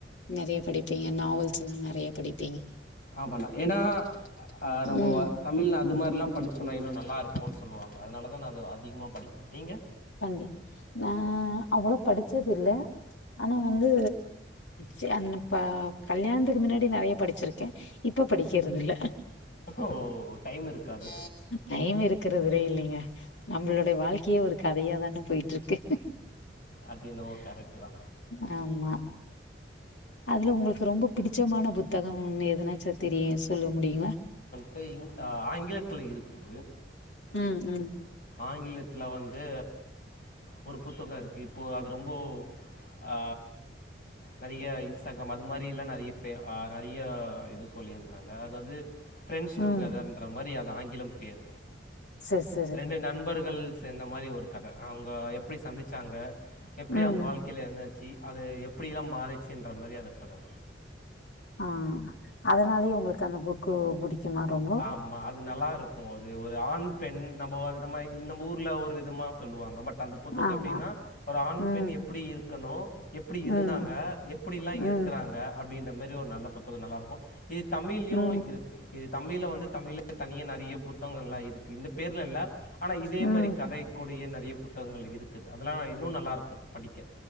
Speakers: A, on the left; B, on the left.
A: நெறைய படிப்பீங்க நாவல்ஸ் எல்லா நெறைய படிப்
B: ஆமாண்ணா ஏனா ஆ நம்போ
A: ம்
B: தமிழ் அதுமாரிலா படிச்சோன்னா இன்னு நல்லாருக்குன் சொல்லுவாங்க அதுனால தா நா அத அதிகமாக படி நீங்க
A: காண்டி நா அவ்வளோ படிச்சதில்ல ஆனா வந்து சேங்ப்பா கல்யாண்த்துக்கு மின்னாடி நெறைய படிச்சிரு க்கே இப்ப படிக்கறதில்ல
B: ஓ டைம் இருக் காது
A: ம் டைம் இருக்கறதுலே இல்லீங்க நம்மளுடய வாழ்க்கையே ஒரு கதையா தான போய்ட்ருக்கு
B: அது என்னவோ கரெட்டு தா
A: ம் ஆமா அதுல உங்கள்க்கு ரொம்ப பிடிச்சமான புத்தகம்னு எதுனாச்சு தெரியு சொல்ல முடியுங்ளா
B: ப இங் அ ஆங்கிலத்துல இருக்கு
A: ம் ம்
B: ஆங்கிலத்ல வந்து ஒரு புத்தகோ இருக்கு இப்போ அது ரொம்ப ஆ நறிய இன்ஸ்டாகிராம் அது மாரி இல்லா நறியா ஃபே ஆ நறியா இது சொல்லீர்ந்தாங்க எ அதாவ்து ஃப்ரெண்ட்ஸ் டுகெதர்ன்ற
A: ம்
B: மாரி அது ஆங்கிலம் பேரு
A: செஸ்
B: ரெண்டு நண்பர்கள் சேந்த மாரி ஒரு கத அவ்ங்க எப்பிடி சந்திச்சாங்க எப்பிடி
A: ம்
B: அவுங்க வாழ் க்கைல என்னாச்சி அத எப்டில்லா மாறுச்சின்ற மாரியான கத
A: ஆ அதனாலயே உங்களுக் அந்த புக்கு புடிக்குமா ரொம்போ
B: ஆமா அது நல்லாருக்கு அது ஒரு ஆண் பெண் நம்போ அது நம்ம ல் நம்ப ஊர்ல ஒரு விதமா சொல்லுவாங்க பட் அந்த புத்தகோ
A: ஆமா
B: எப்டினா ஒரு ஆண்
A: ம்
B: பெண் எப்பிடி இருக்கணு எப்பிடி இருந்தாங்க
A: ம்
B: எப்பிடி எல்லா இருக்கறாங்க
A: ம்
B: அப்டின்ற மாரி ஒரு நல்ல புத்தகோ நல்லாருக்கு இது தமிழ்லியு
A: ம்
B: இருக்கு இது தமிழ்ல வந்து தமிழ்லே தனியா நறைய புத்தங்கல்லா இருக்கு இந்த பேர்ல இல்லா ஆனா இதே
A: ம்
B: மாரி கதை கூடயே நறைய புத்தகங்கள் இருக் குது அதெல்லா இன்னு நல்லாருக்கு படிக்க